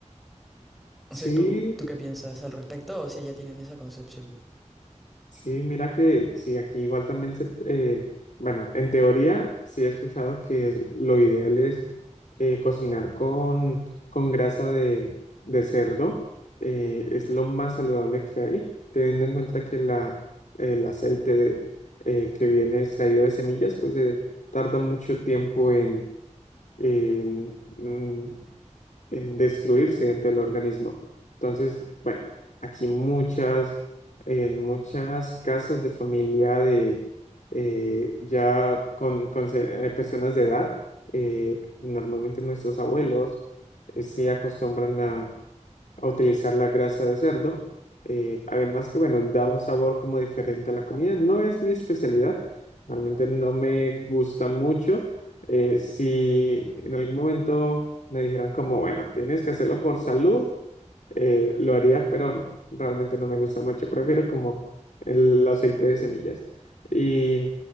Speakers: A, in the centre; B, on the left.
A: No
B: Sí,
A: sé, ¿tú, tú qué piensas al respecto o si ya tienen esa concepción?
B: Sí, mira que sí, aquí igual también se, eh, bueno, en teoría sí he escuchado que es- lo ideal es eh, cocinar con, con grasa de, de cerdo, eh, es lo más saludable que hay, teniendo en cuenta que la, el aceite de, eh, que viene extraído de semillas, pues eh, tarda mucho tiempo en, en, mm, en destruirse dentro del organismo. Entonces, bueno, aquí muchas, en muchas casas de familia de eh, ya con, con se- eh, personas de edad, eh, normalmente nuestros abuelos eh, se acostumbran a utilizar la grasa de cerdo. eh, además que, bueno, da un sabor como diferente a la comida. No es mi especialidad, realmente no me gusta mucho. Eh, si en algún momento me dijeran como, bueno, tienes que hacerlo por salud, eh, lo haría, pero realmente no me gusta mucho. Prefiero como el aceite de semillas. Y,